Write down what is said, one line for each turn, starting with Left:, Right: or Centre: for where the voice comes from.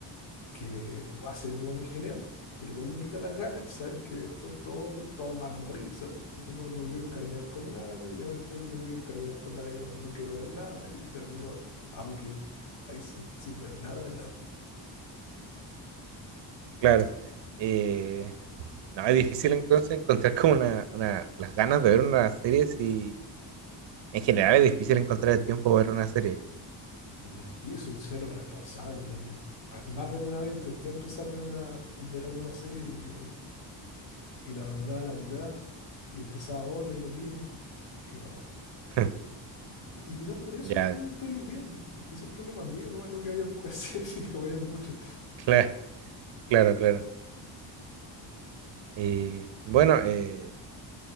Left: que buah, se ve todo muy genial, pero igual me quita las ganas el saber que después todos, todos van a morir, ¿sabes? Entonces no, no me quiero encariñar con nadie, ya después no me quiero encariñar con nadie, no, no quiero ver nada y termino aburrido, ahí sin, sin ver nada, nada.
Right: claro. Eh, No, es difícil entonces encontrar como una, una, las ganas de ver una serie si en general es difícil encontrar el tiempo para ver una serie.
Left: Ya. Y soy cero responsable también. Al- Más de alguna vez intenté empezar a ver una, ver alguna serie y, y la abandonaba a la mitad y empezaba otra y lo mismo y no.
Right: <laughs>
Left: Qui- Y quizás por eso
Right: Ya,
Left: no veo pelis bien. Quizás problemas míos, no, no que había pocas <laughs> series o había muchas.
Right: claro, claro, claro. Y bueno, eh,